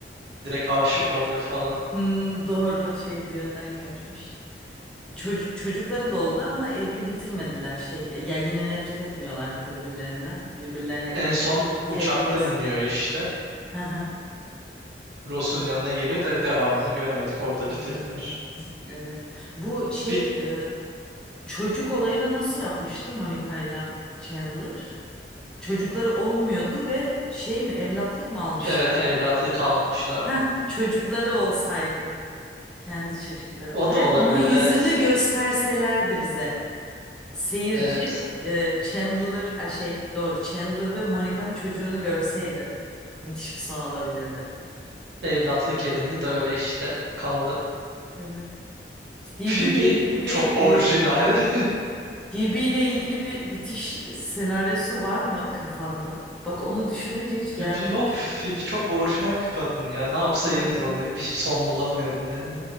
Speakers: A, on the right; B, in the centre.
A: direkt aşık oluyor falan.
B: Hmm, doğru şey düğünden kaçmış. Çoc- çocukları da oldu ama evli bitirmediler şey. e, Ya yine nefret etmiyorlardı birbirlerinden. Birbirlerine
A: En
B: karşı
A: son uçaktan
B: sevgi ve
A: iniyor işte.
B: Hı hı.
A: Ross'un yanına geliyor da devamını göremedik. Orada
B: Hmm,
A: bitirdiler.
B: evet. Bu şey
A: Bir,
B: e, çocuk olayını nasıl yapmıştı Monica'yla Chandler? Çocukları olmuyordu ve şey mi evlatlık mı almışlardı?
A: evet evlatlı kalmışlardı.
B: Heh, çocukları olsaydı. Kendi çocukları
A: O
B: ve
A: da olabilirdi
B: onun yüzünü
A: evet.
B: gösterselerdi bize. Seyirci
A: Evet.
B: e, Chandler e, şey doğru Chandler ve Monica'nın çocuğunu görseydi müthiş bir son olabilirdi.
A: Evlatlık edindi de öyle işte kaldı.
B: Evet. Phoebe
A: Phoebe
B: ile ilgili bir
A: çok orijinal.
B: e,
A: <laughs>
B: Phoebe ile ilgili bir bitiş senaryosu var mı kafanda? Bak onu düşününce hiç gelmiyor
A: Phoebe yok.
B: bir şey.
A: Phoebe çok orijinal bir kadın ya. Ne yapsa yeridir
B: Evet.
A: ona. Bir son bulamıyorum yani.